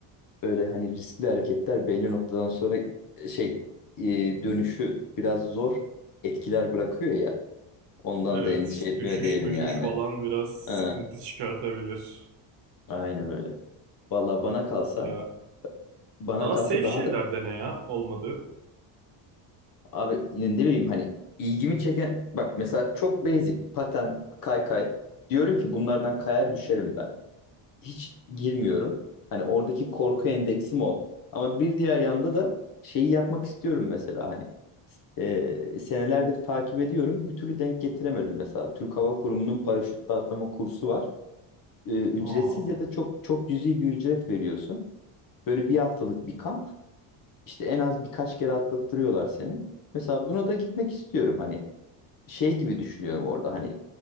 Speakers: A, on the left; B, on the right.
A: öyle hani riskli hareketler belli noktadan sonra şey e, dönüşü biraz zor etkiler bırakıyor ya. Ondan
B: Evet,
A: da endişe etmiyor
B: düşüş
A: değilim
B: müşüş
A: yani.
B: falan biraz sıkıntı
A: Ee,
B: çıkartabilir.
A: aynen öyle. Valla bana kalsa
B: Ya
A: bana
B: daha
A: kalsa
B: safe
A: daha
B: şeyler
A: da
B: dene ya olmadı.
A: abi yine ne bileyim hani ilgimi çeken bak mesela çok basic paten kaykay diyorum ki bunlardan kayar düşerim ben. hiç girmiyorum. Hani oradaki korku endeksim o. Ama bir diğer yanda da şeyi yapmak istiyorum mesela hani e, senelerdir takip ediyorum. Bir türlü denk getiremedim mesela. Türk Hava Kurumu'nun paraşütle atlama kursu var. E, ücretsiz
B: Aa,
A: ya da çok çok cüzi bir ücret veriyorsun. Böyle bir haftalık bir kamp. İşte en az birkaç kere atlattırıyorlar seni. Mesela buna da gitmek istiyorum hani şey gibi düşünüyorum orada hani